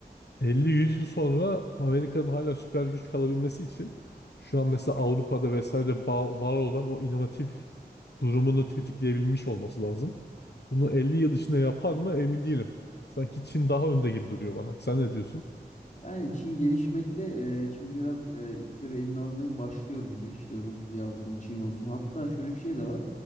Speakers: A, on the left; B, on the left.
A: 50-100 yıl sonra Amerika'nın hala süper güç kalabilmesi için şu an mesela Avrupa'da vesaire ba- var olan o inovatif durumunu tetikleyebilmiş olması lazım. Bunu 50 yıl içinde yapar mı emin değilim. Sanki Çin daha önde gibi duruyor bana. Sen ne diyorsun?
B: Yani Çin gelişmekte, e, Çin biraz e, ipleri eline almaya başlıyor gibi. İşte Rusya olsun, Çin olsun. Hatta şöyle bir şey de var.